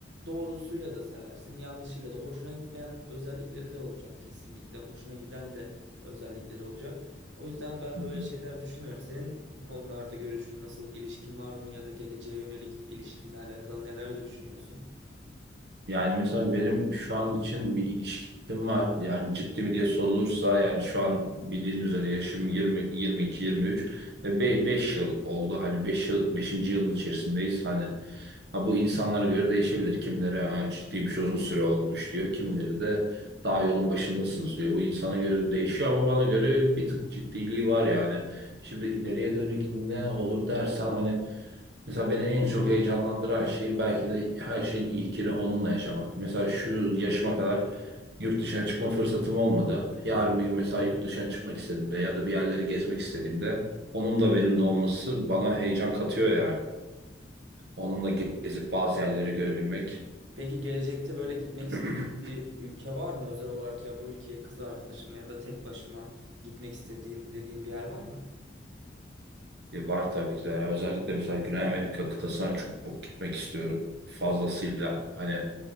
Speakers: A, on the right (about 85°); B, on the right (about 65°).
A: doğrusuyla da seversin, yanlışıyla da. Hoşuna gitmeyen özellikleri de olacak kesinlikle. Hoşuna giden de özellikleri olacak. O yüzden ben
B: hı.
A: böyle şeyler düşünmüyorum. Senin bu konularda görüşün nasıl, ilişkin var mı ya da geleceğe yönelik ilişkinle alakalı neler düşünüyorsun?
B: Yani mesela benim şu an için bir ilişkim var. Yani ciddi mi diye sorulursa yani şu an bildiğin üzere yaşım 20 22 23 ve be- 5 yıl oldu. Hani 5 yıl 5. yılın içerisindeyiz. Hani ha bu insanlara göre değişebilir. Kimileri "Aa, ciddiymiş uzun süre olmuş diyor. Kimileri de daha yolun başındasınız diyor. Bu insana göre değişiyor ama bana göre bir tık ciddiliği var yani. Şimdi ileriye dönük ne olur dersen hani Mesela beni en çok heyecanlandıran şey belki de her şeyin ilkini onunla yaşamak. Mesela şu yaşıma kadar yurt dışına çıkma fırsatım olmadı. Yarın bir gün mesela yurt dışına çıkmak istediğimde ya da bir yerleri gezmek istediğimde onun da benimle olması bana heyecan katıyor yani. Onunla ge- gezip bazı yerleri görebilmek
A: Peki gelecekte böyle gitmek
B: <clears throat>
A: istediğin bir ülke var mı? Özel olarak ya bu ülkeye kız arkadaşımla ya da tek başıma gitmek istediğim dediğim bir yer var mı?
B: E, var tabii ki de. Özellikle mesela Güney Amerika kıtasına çok, çok gitmek istiyorum. Fazlasıyla hani